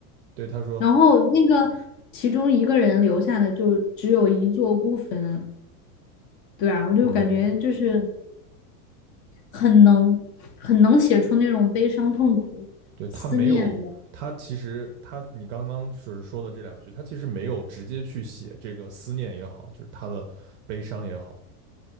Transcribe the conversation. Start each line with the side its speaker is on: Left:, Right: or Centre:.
Right: 对，他说，
Left: 然后那个其中一个人留下的就只有一座孤坟，对啊，我就感觉就是
Right: 嗯，
Left: 很能很能写出那种悲伤、痛苦、
Right: 对他没有，
Left: 思念的。
Right: 他其实他你刚刚就是说的这两句，他其实没有直接去写这个思念也好，就是他的悲伤也好，